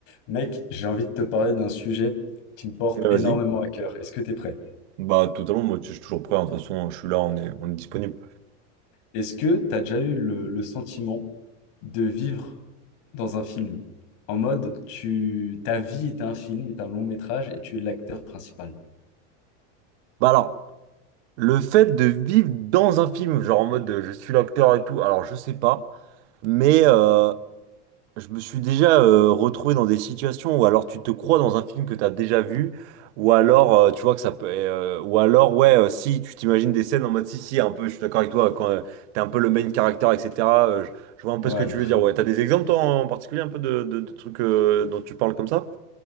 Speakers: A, on the left; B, on the right.
A: Mec, j'ai envie de te parler d'un sujet qui me porte
B: Mais vas-y.
A: énormément à cœur. Est-ce que tu es prêt?
B: Bah, totalement, moi, je suis toujours prêt. hein, De toute façon, je suis là, on est, on est disponible.
A: Est-ce que tu as déjà eu le, le sentiment de vivre dans un film? En mode, tu, ta vie est un film, est un long métrage et tu es l'acteur principal.
B: Bah, alors, le fait de vivre dans un film, genre en mode euh, je suis l'acteur et tout, alors je sais pas, mais euh, je me suis déjà euh, retrouvé dans des situations où alors tu te crois dans un film que t'as déjà vu, ou alors euh, tu vois que ça peut. euh, ou alors, ouais, euh, si tu t'imagines des scènes en mode si, si, un peu, je suis d'accord avec toi, quand euh, t'es un peu le main character, etc. euh, je, je vois un peu
A: Ouais,
B: ce que tu
A: de
B: veux
A: fou.
B: dire. Ouais, t'as des exemples, toi, en particulier, un peu de, de- de trucs euh, dont tu parles comme ça?